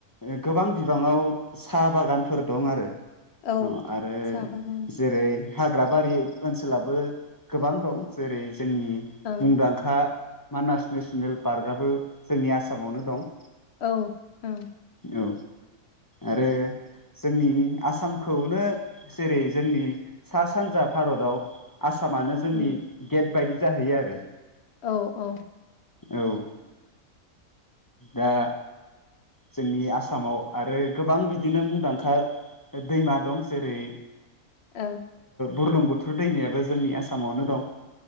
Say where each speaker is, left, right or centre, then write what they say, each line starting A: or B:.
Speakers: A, on the left; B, on the left.
A: ओ गोबां बिबाङाव साहा बागानफोर दं आरो
B: औ
A: अ आरो
B: साहा बागान
A: जेरै हाग्राबारि ओनसोलाबो गोबां दं जेरै जोंनि
B: ओं
A: मुंदांखा मानास नेसनेल पार्कआबो जोंनि आसामावनो दं
B: औ औ
A: औ आरो जोंनि आसाम खौनो जेरै जोंनि सा सानजा भारताव आसामानो जोंनि
B: उम
A: गेट बायदि जाहैयो आरो
B: औ औ
A: औ दा जोंनि आसामाव आरो गोबां बिदिनो मुंदांखा दैमा दं जेरै
B: औ
A: बुरलुं बुथुर दैमायाबो जोंनि आसामावनो दं